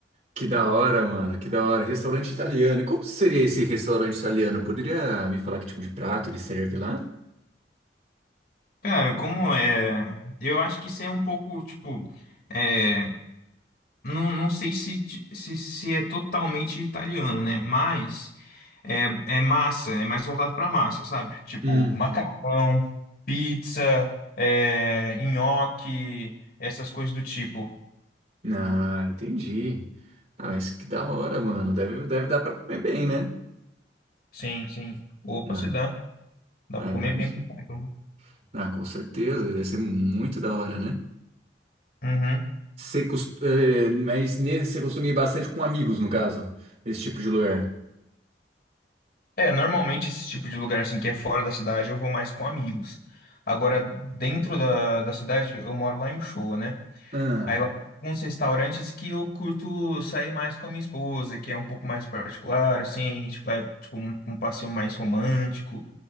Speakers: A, on the right; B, on the left.
A: Que da hora, mano, que da hora. Restaurante italiano. E como seria esse restaurante italiano? Poderia me falar que tipo de prato ele serve lá?
B: Cara, como é. Eu acho que isso é um pouco, tipo. É, não, não sei se, se, se é totalmente italiano, né? Mas. É, é massa, é mais voltado pra massa, sabe? Tipo,
A: Uhum.
B: macarrão, pizza, é, nhoque, essas coisas do tipo.
A: Ah, entendi. Ah, mas que da hora, mano. Deve, deve dar pra comer bem, né?
B: Sim, sim. Opa,
A: Na,
B: se dá. Dá
A: ah,
B: pra comer
A: imagina.
B: bem pra caramba.
A: Ah, com certeza. Deve ser muito da hora, né?
B: Uhum.
A: Você cos- eh, mas ne- você costuma ir bastante com amigos, no caso, esse tipo de lugar.
B: É, normalmente esse tipo de lugar assim que é fora da cidade eu vou mais com amigos. Agora, dentro da, da cidade, eu moro lá em Uchoa, né?
A: Ah,
B: Aí lá tem uns restaurantes que eu curto sair mais com a minha esposa, que é um pouco mais particular, assim, a gente vai, tipo, um, um passeio mais romântico.